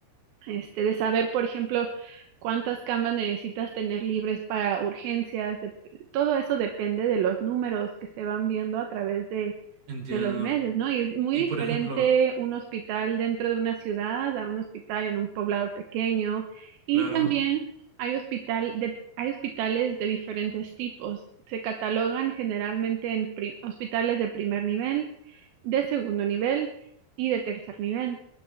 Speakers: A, on the right; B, on the right.
A: este, de saber, por ejemplo, cuántas camas necesitas tener libres para urgencias, de- todo eso depende de los números que se van viendo a través de,
B: Entiendo.
A: de los meses, ¿no? Y es muy
B: Y
A: diferente
B: por ejemplo,
A: un hospital dentro de una ciudad a un hospital en un poblado pequeño. Y
B: claro,
A: también hay hospital de, hay hospitales de diferentes tipos. Se catalogan generalmente en pri- hospitales de primer nivel, de segundo nivel y de tercer nivel.